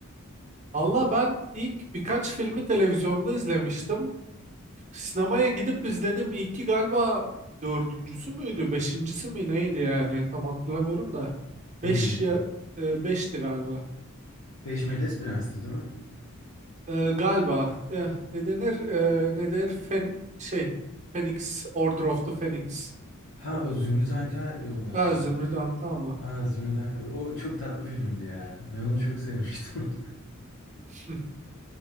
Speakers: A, on the right (about 35°); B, on the left (about 75°).
A: Valla ben ilk birkaç filmi televizyonda izlemiştim. Sinemaya gidip izledim. İlki galiba dördüncüsü müydü? Beşincisi mi neydi yani? Tam hatırlamıyorum da. Beş
B: Hmm.
A: ya e, beşti galiba.
B: Beş Melez Prens'ti değil mi?
A: E, galiba. E, ne denir? E, ne der? Fen şey. Phoenix. Order of the Phoenix.
B: Ha
A: Tam-
B: o Zümrüt Anka yoldaştı.
A: Ha, Zümrüt Anka ama.
B: Aa, Zümrüt'ten. O çok tatlı filmdi ya. Ben onu çok sevmiştim.
A: E.